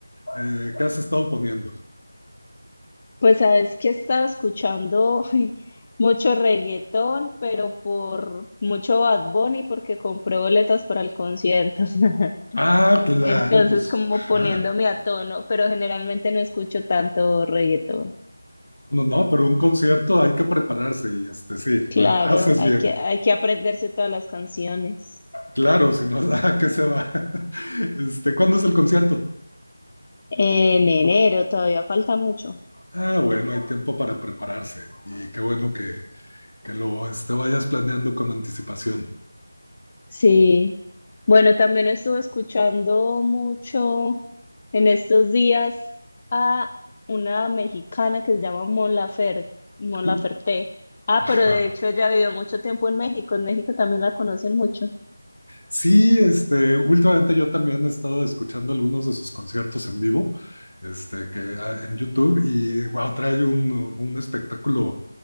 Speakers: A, on the left; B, on the left.
A: eh, qué has estado poniendo?
B: pues sabes que he estado escuchando <laughs> mucho reggaetón, pero por mucho Bad Bunny porque compré boletas para el concierto. <laughs>
A: Ah, claro,
B: Entonces,
A: pues,
B: como
A: ajá.
B: poniéndome a tono, pero generalmente no escucho tanto reggaetón.
A: No, no, pero un concierto hay que prepararse y este sí,
B: Claro,
A: ha- haces
B: hay
A: bien.
B: que, hay que aprenderse todas las canciones.
A: Claro, si no, <laughs> ¿a qué se va? <laughs> Este, ¿cuándo es el concierto?
B: En enero todavía falta mucho.
A: Ah, bueno, hay tiempo para prepararse y qué bueno que, que lo este, vayas planeando con anticipación.
B: Sí. Bueno, también estuve escuchando mucho en estos días a una mexicana que se llama Mon Lafer- Mon
A: Uh,
B: Laferte. Ah,
A: ajá.
B: pero de hecho ella vivió mucho tiempo en México. En México también la conocen mucho.
A: Sí, este, últimamente yo también he estado escuchando algunos de sus conciertos en vivo, este, que ah, en YouTube y wow, trae un, un espectáculo